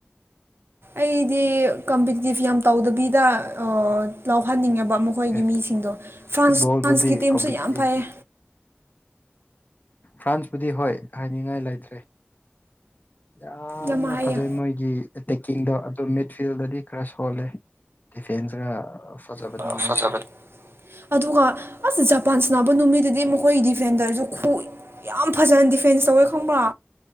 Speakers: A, on the right; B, on the left.
A: ꯑꯩꯗꯤ ꯀꯝꯄꯤꯇꯤꯇꯤꯞ ꯌꯥꯝ ꯇꯧꯗꯕꯤꯗ ꯂꯧꯍꯟꯅꯤꯡꯉ‌ꯦꯕ ꯃꯈꯣꯏꯒꯤ
B: ꯑꯦ
A: ꯃꯤꯁꯤꯡꯗꯣ ꯐ꯭ꯔꯥꯟꯁ
B: ꯐꯨꯠꯕꯣꯜꯕꯨꯗꯤ
A: ꯐ꯭ꯔꯥꯟꯁꯀꯤ ꯇꯤꯝꯁꯨ
B: ꯀꯣꯝꯄꯤꯇꯤꯇꯤꯞ
A: ꯌꯥꯝ ꯐꯩꯌꯦ
B: ꯐ꯭ꯔꯥꯟꯁꯄꯨꯗꯤ ꯍꯣꯏ ꯍꯥꯏꯅꯤꯡꯉꯥꯏ ꯂꯩꯇ꯭ꯔꯦ ꯌꯥꯝꯅ
A: ꯌꯥꯝ ꯍꯩꯌꯦ
B: ꯐꯖꯩ ꯃꯣꯏꯒꯤ ꯇꯦꯛꯀꯤꯡꯗꯣ ꯑꯗꯨ ꯃꯤꯗ ꯐꯤꯜꯗꯗꯤ ꯈꯔ ꯁꯣꯜꯂꯦ <unintelligible>
A: ꯑ
B: ꯃꯣꯏꯁꯦ
A: ꯐꯖꯕꯅ‌ꯦ ꯑꯗꯨꯒ ꯑꯁ ꯖꯄꯥꯟ ꯁꯥꯟꯅꯕ ꯅꯨꯃꯤꯠꯗꯨꯗꯤ ꯃꯈꯣꯏꯒꯤ ꯗꯤꯐꯦꯟꯗꯔꯖꯨ ꯈꯨꯏ ꯌꯥꯝ ꯐꯖꯅ ꯗꯤꯐꯦꯟꯁ ꯇꯧꯋꯦ ꯈꯪꯕ꯭ꯔꯥ